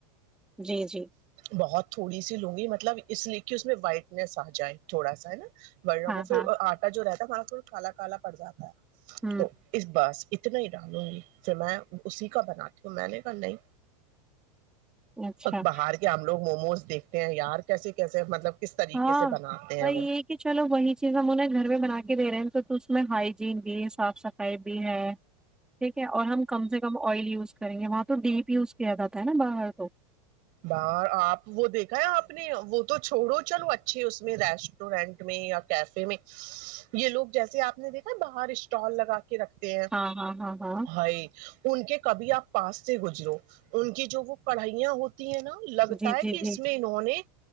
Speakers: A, in the centre; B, on the right.
A: جی جی
B: بہت تھوڑی سی لوںگی مطلب اس لیے کہ اس میں وائٹنیس آ جائے تھوڑا سا ہے نا ڑنا
A: ہاں
B: وہ پھر
A: ہاں
B: آٹا جو رہتا ما بالکل کالا کالا پڑ جاتا ہے
A: ہوں
B: تو اس بس اتنا ہی ڈالوں گی پھر میں اسی کا بناتی ہوں میں نے کہا نہیں
A: اچھا
B: ا باہر کے ہم لوگ موموز دیکھتے ہیں یار کیسے کیسے مطلب کس طریقے
A: ہاں
B: سے بناتے ہیں
A: وہ یہ کہ چلو وہی چیز ہم انہیں گھر میں بنا کے دے رہے ہیں تو تو اس میں ہائیجین بھی سب صاف صفائی بھی ہے ٹھیک ہے اور ہم کم سے کم آئل یوز کریں گے وہاں تو ڈیپ <unintelligible> کیاد تھا ہے نا باہر تو
B: باہر آپ وہ دیکھا ہے آپ نے وہ تو چھوڑو چلو اچھے اس میں ریسٹورینٹ میں یا کیفے میں یہ لوگ جیسے آپ نے دیکھا ہے باہر اسٹال لگا کے رکھتے ہیں
A: ہاں ہاں ہاں ہاں
B: ہائی ان کے کبھی آپ پاس سے گزرو ان کی جو وہ پڑھائیاں ہوتی ہے نا لگتا
A: جی
B: ہے
A: جی
B: کہ اس
A: جی
B: میں انہوں نے